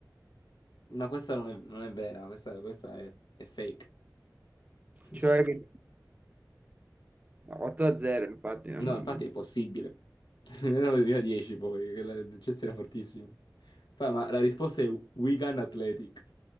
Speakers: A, on the left; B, on the right.
A: Ma questa non è, non è vera, questa, questa è, è fake. <laughs>
B: cioè che... no, 8-0 infatti non...
A: No, infatti è impossibile. <laughs> Nel 2010 poi, che la- il Chelsea era fortissimo. Poi, ma la risposta è Wigan Athletic.